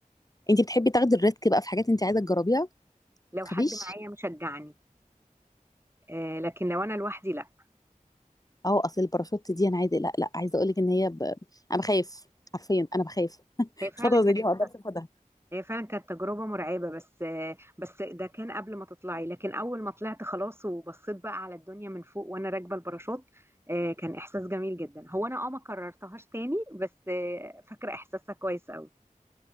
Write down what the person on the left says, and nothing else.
انت بتحبي تاخدي الريسك بقى في حاجات انت عايزه تجربيها
تخافيش
اه اصل الباراشوت دي انا عايزه لا لا عايزه اقول لك ان هي ب... انا بخاف حرفيا انا بخاف
خطوه زي
دي ما اقدرش اخدها